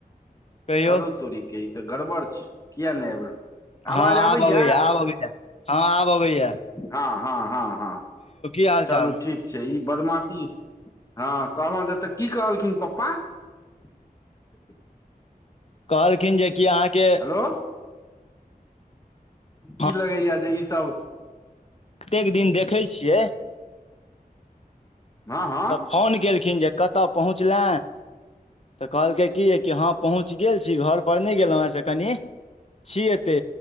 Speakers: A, on the left; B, on the left.
A: कहियौ
B: आरो तोरीके ई तऽ गड़बड़ छै किया नहि आबि रहल?
A: हँ
B: आवाज
A: आब
B: आबैए
A: अबैय आब अबैए हँ आब अबैय
B: हँ हँ हँ हँ
A: हाल
B: चलू
A: चाल
B: ठीक छै ई बदमाशी हँ कहलोहु जेतऽ की कहलखिन पप्पा <inaudible>
A: कहलखिन जेकि अहाँके
B: हेलो की
A: हम
B: लगैया जे ईसभ
A: कतेक दिन देखै छियै
B: हँ हँ
A: तऽ फोन केलखिन जे कतऽ पहुँचले तऽ कहलकै कि की हँ पहुँच इच गेल छी घर पर नय गेलोह से कनि छी एते